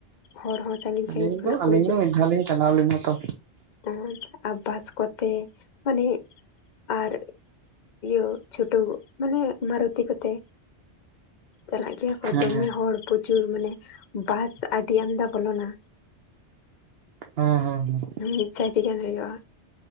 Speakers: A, on the left (about 50°); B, on the right (about 65°).
A: ᱦᱚᱲ ᱦᱚᱸ ᱥᱟᱺᱜᱤᱧ
B: ᱟᱹᱞᱤᱧ
A: ᱥᱟᱺᱜᱤᱧ ᱠᱷᱚᱱᱟᱜ
B: ᱫᱚ ᱟᱹᱞᱤᱧ
A: ᱠᱚ
B: ᱫᱚ ᱢᱤᱫ ᱫᱷᱟᱣ ᱞᱤᱧ ᱪᱟᱞᱟᱣ ᱞᱮᱱᱟ ᱛᱚ,
A: ᱚ ᱟᱨ ᱵᱟᱥ ᱠᱚᱛᱮ ᱢᱟᱱᱮ ᱟᱨ, ᱤᱭᱟᱹ ᱪᱷᱩᱴᱟ. ᱣ ᱢᱟᱱᱮ ᱢᱟᱨᱳᱛᱤ ᱠᱚᱛᱮ, ᱪᱟᱞᱟᱜ ᱜᱮᱭᱟ
B: ᱦᱮᱸ
A: ᱠᱚ ᱫᱚᱢᱮ ᱦᱚᱲ ᱯᱨᱚᱪᱩᱨ ᱢᱟᱱᱮ ᱵᱟᱥ ᱟᱹᱰᱤ ᱟᱢᱫᱟ ᱵᱚᱞᱚᱱᱟ,
B: ᱦᱚᱸ ᱦᱚᱸ ᱦᱚᱸ,
A: ᱢᱤᱫ ᱥᱟᱭᱴᱤ ᱜᱟᱱ ᱦᱩᱭᱩᱜᱼᱟ,